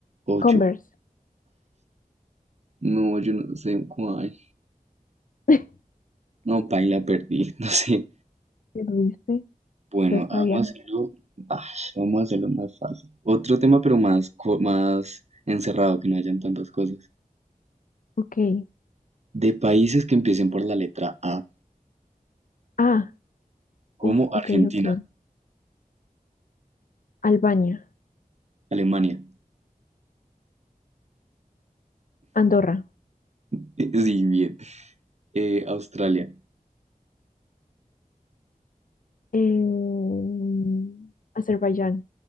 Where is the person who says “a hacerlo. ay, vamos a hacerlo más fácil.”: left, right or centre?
Right